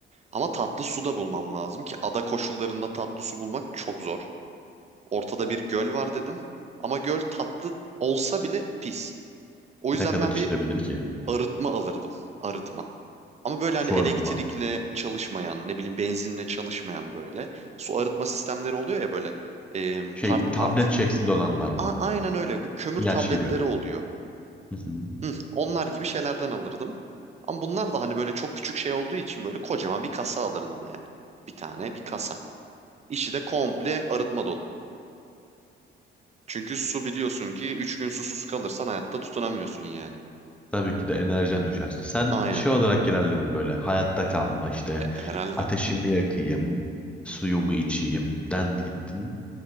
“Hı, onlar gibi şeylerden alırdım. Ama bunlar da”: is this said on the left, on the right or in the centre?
Right